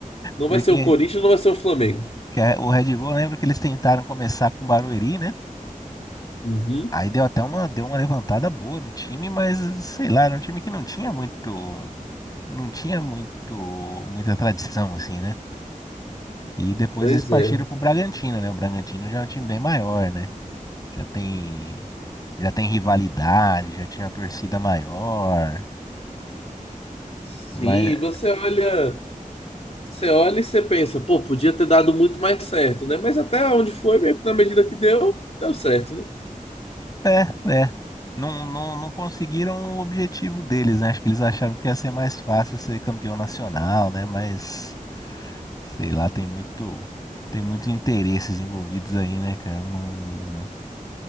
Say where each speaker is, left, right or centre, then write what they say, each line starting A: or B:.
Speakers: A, on the left; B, on the left.
A: Não
B: Porque
A: vai ser o Corinthians, não vai ser o Flamengo.
B: que é- o Red Bull, eu lembro que eles tentaram começar com o Barueri, né?
A: Uhum.
B: Aí deu até uma, deu uma levantada boa no time, mas sei lá, era um time que não tinha muito, não tinha muito, muita tradição, assim, né? E depois
A: Pois
B: eles partiram
A: é.
B: pro Bragantino, né? O Bragantino já é um time bem maior, né? Já tem, já tem rivalidade, já tinha torcida maior,
A: Sim,
B: mas
A: você olha. Você olha e você pensa, pô, podia ter dado muito mais certo, né? Mas até onde foi, meio que na medida que deu, deu certo, né?
B: é, é. Não, não, não conseguiram o objetivo deles, né? Acho que eles acharam que ia ser mais fácil ser campeão nacional, né? Mas sei lá, tem muito, tem muitos interesses envolvidos aí, né, cara? Não,